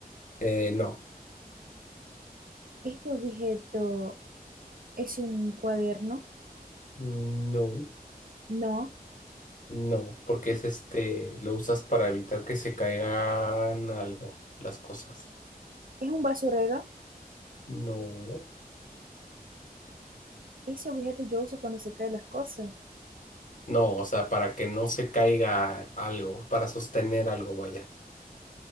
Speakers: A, on the left (about 55°); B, on the right (about 60°).
A: Eh, no.
B: Este objeto es un cuaderno.
A: No.
B: No,
A: No, porque
B: es
A: es este, lo usas para evitar que se caigan algo, las cosas.
B: es un basurero.
A: No,
B: Ese objeto yo uso cuando se caen las cosas.
A: no, o sea, para que no se caiga algo, para sostener algo, vaya.